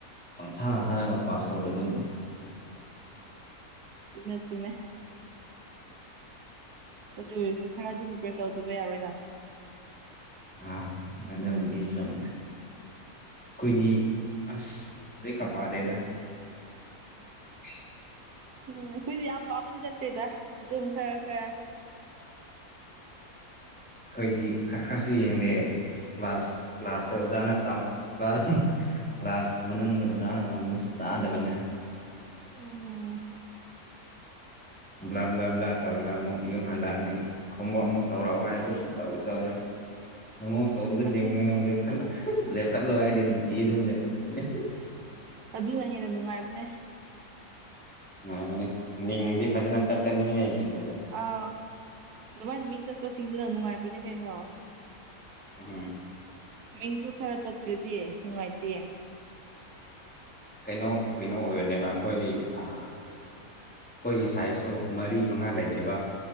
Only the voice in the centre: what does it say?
ꯄꯪꯊꯥꯥ ꯊꯥꯔꯒ ꯄꯥꯁ ꯇꯧꯔꯛꯑꯗꯣꯏꯅꯤ
ꯑꯥ ꯑꯗꯨꯕꯨꯗꯤ ꯆꯨꯝꯃꯦ ꯑꯈꯣꯏꯗꯤ ꯑꯁ ꯕ꯭ꯔꯦꯛꯀ ꯄꯥꯗꯦꯗ <unintelligible>
ꯑꯈꯣꯏꯗꯤ ꯈꯔ ꯈꯔꯁꯨ ꯌꯦꯡꯗꯦ ꯀ꯭ꯂꯥꯁ ꯀ꯭ꯂꯥꯁꯇ ꯑꯣꯖꯥꯅ ꯇꯝ ꯀ꯭ꯂꯥꯁ ꯀ꯭ꯂꯥꯁ ꯃꯅꯨꯡꯗ ꯑꯣꯖꯥꯅ ꯇꯝꯂꯁꯨ ꯇꯥꯗꯕꯅꯦ
ꯕ꯭ꯂꯥ ꯕ꯭ꯂꯥ ꯕ꯭ꯂꯥ ꯇꯧꯔꯒ ꯑꯃꯨꯛ ꯌꯨꯝ ꯍꯜꯂꯛꯑꯅꯤ ꯈꯨꯝꯃꯣ ꯑꯃꯨꯛ ꯇꯧꯔꯛꯑꯣ ꯍꯥꯏꯔꯁꯨ ꯁꯨꯛꯇꯧ ꯇꯧꯔꯣꯏ ꯅꯉꯣꯞ ꯇꯧꯗꯕꯁꯤꯡꯅ
ꯂꯦꯞꯈꯠꯂ <unintelligible> ꯂꯦꯞꯈꯠꯂꯣ ꯍꯥꯏꯗꯤ ꯅꯨꯡꯇꯤ ꯑꯗꯨꯝ ꯂꯦꯞꯈꯠꯀꯅꯤ
ꯅꯨꯡꯉꯥꯏꯕꯅꯦ ꯃꯤꯡꯗꯤ ꯐꯖꯅ ꯆꯠꯄꯅꯤ ꯁ꯭ꯀꯨꯜꯗ
ꯎꯝ
ꯀꯩꯅꯣ ꯀꯩꯅꯣ ꯑꯣꯏꯕꯅꯦꯕ ꯑꯈꯣꯏ ꯑꯥ ꯑꯈꯣꯏꯒꯤ ꯁꯥꯏꯖꯁꯨ ꯃꯔꯤ ꯃꯉꯥ ꯂꯩꯌꯦꯕ